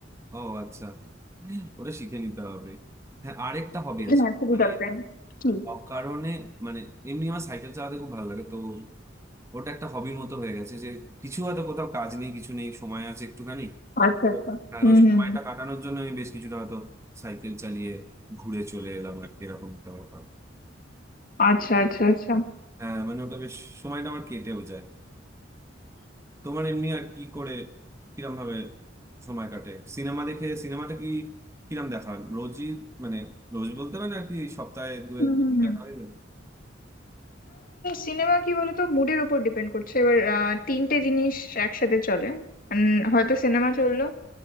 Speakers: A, on the right; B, on the left.
A: ও আচ্ছা ওটা শিখে নিতে হবে হ্যাঁ আরেকটা হবি
B: হ্যাঁ
A: আছে
B: খুবই
A: মানে
B: দরকারি কি
A: অকারণে মানে এমনি আমার সাইকেল চালাতে খুব ভালো লাগে তো ওটা একটা হবির মতো হয়ে গেছে যে কিছু হয়তো কোথাও কাজ নেই কিছু নেই সময় আছে একটুখানি
B: আচ্ছা
A: তো
B: আচ্ছা
A: হ্যাঁ
B: হুম
A: ওই সময়টা
B: হুম হুম।
A: কাটানোর জন্য আমি বেশ কিছুটা হয়তো সাইকেল চালিয়ে ঘুরে চলে এলাম আর কি, এরকম একটা ব্যাপার
B: আচ্ছা আচ্ছা আচ্ছা
A: হ্যাঁ মানে ওটা বেশ সময়টা আমার কেটেও যায় তোমার এমনি আর কি করে কিরম ভাবে সময় কাটে সিনেমা দেখে সিনেমাটা কি কিরম দেখা হয় রোজই মানে রোজ বলতে মানে আর কি সপ্তাহে দু
B: হুম
A: একবার
B: হুম
A: কি
B: হুম।
A: দেখা হয়ে যায়
B: সিনেমা কি বলতো মুডের ওপর ডিপেন্ড করছে এবার আহ, তিনটে জিনিস একসাথে চলে উম, হয়তো সিনেমা চললো